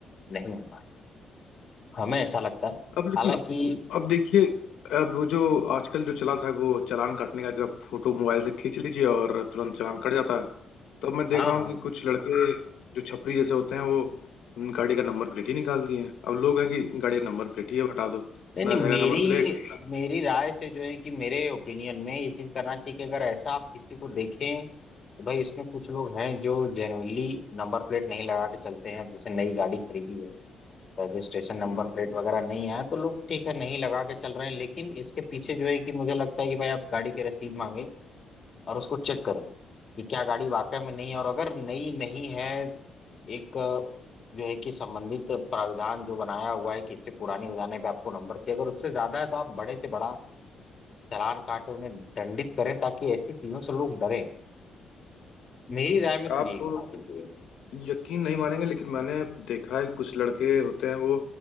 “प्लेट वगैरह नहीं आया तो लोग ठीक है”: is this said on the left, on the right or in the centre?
Left